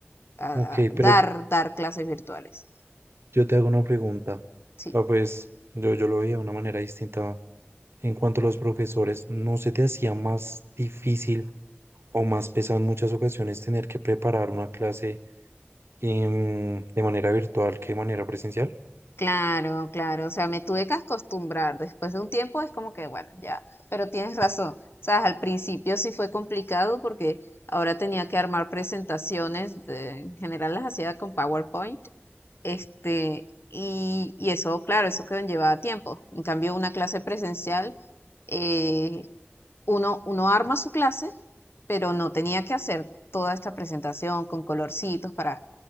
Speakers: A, on the left; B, on the right.
A: a-
B: Ok,
A: a dar,
B: pero
A: dar clases virtuales,
B: Yo te hago una pregunta.
A: sí.
B: Ah, pues yo, yo lo veía de una manera distinta en cuanto a los profesores. ¿No se te hacía más difícil o más pesado en muchas ocasiones tener que preparar una clase em, de manera virtual que de manera presencial?
A: Claro, claro, o sea, me tuve que acostumbrar. Después de un tiempo es como que, bueno, ya, pero tienes razón. O sea, al principio sí fue complicado porque ahora tenía que armar presentaciones, de- en general las hacía con PowerPoint, este, y, y eso, claro, eso que llevaba tiempo. En cambio, una clase presencial, eh, uno, uno arma su clase, pero no tenía que hacer toda esta presentación con colorcitos para